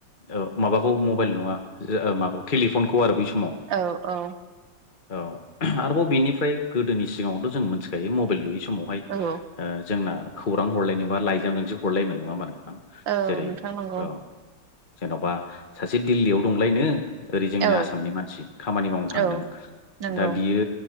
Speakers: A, on the left (about 30°); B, on the right (about 75°).
A: औ माबाखौ मबाइल नङा ओ माबाखौ टेलिफनखौ आरो बै समाव।
B: औ औ
A: औ आरोबाव बेनिफ्राय गोदोनि सिगाङावथ' जों मिथिखायो मबाइल गैयै समाव। बाहाय
B: औ औ
A: ओ जोंना खौरां हरलायनोबा लाइजामजोंसो हरलायमोन नङा होमबा नोंथां।
B: औ
A: जेरै
B: नोंथां नंगौ
A: औ जेन'बा सासे दिल्लीयाव दंलायनो ओरै जोंनि
B: औ
A: आसामनि मानसि खामानि मावनो थांदों,
B: औ नंगौ
A: दा‌ बियो